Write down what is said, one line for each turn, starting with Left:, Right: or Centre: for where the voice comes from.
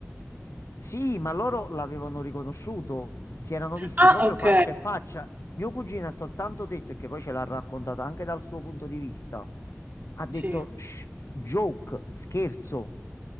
Left: Sì, ma loro l'avevano riconosciuto, si erano visti
Right: Ah,
Left: proprio
Right: ok,
Left: faccia a faccia. Mio cugino ha soltanto detto, e che poi ce l'ha raccontata anche dal suo punto di vista, ha detto
Right: sì.
Left: "Shh, joke, scherzo.